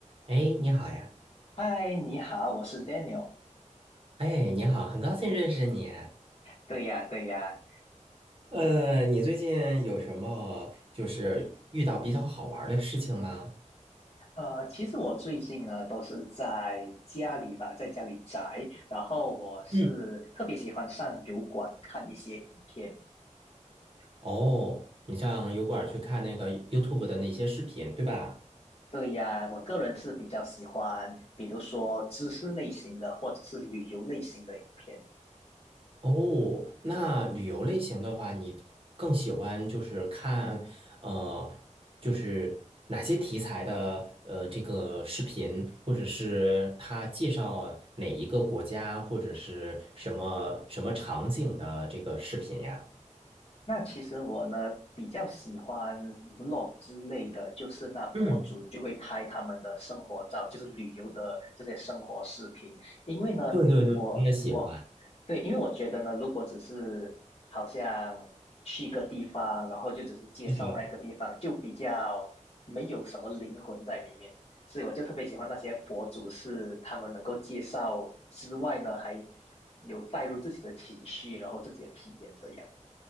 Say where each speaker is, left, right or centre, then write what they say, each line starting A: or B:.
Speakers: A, on the right; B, on the left.
A: 哎，你好呀！
B: 嗨，你好，我是 Daniel。
A: 哎，你好，很高兴认识你。
B: 对呀，对呀。
A: 呃，你最近有什么就是遇到比较好玩儿的事情吗？
B: 呃，其实我最近呢都是在家里吧，在家里宅。然后我是特别喜欢上油管看一些影片。
A: 嗯，哦，你上油管儿去看那个 YouTube 的那些视频，对吧？
B: 对呀，我个人是比较喜欢，比如说知识类型的或者是旅游类型的影片。
A: 哦，那旅游类型的话，你更喜欢就是看，呃，就是哪些题材的呃这个视频，或者是他介绍哪一个国家，或者是什么什么场景的这个视频呀？
B: 那其实我呢比较喜欢 vlog 之类的，就是那博主就会拍他们的生活照，
A: 嗯，
B: 就是旅游的这些生活视频。因为呢，
A: 对对对，
B: 我我对，
A: 我也喜欢。
B: 因为我觉得呢，如果只是好像去一个地方，然后就只是介绍那一个地方，
A: 是的。
B: 就比较没有什么灵魂在里面。所以我就特别喜欢那些博主，是他们能够介绍之外呢，还有带入自己的情绪，然后自己的体验这样。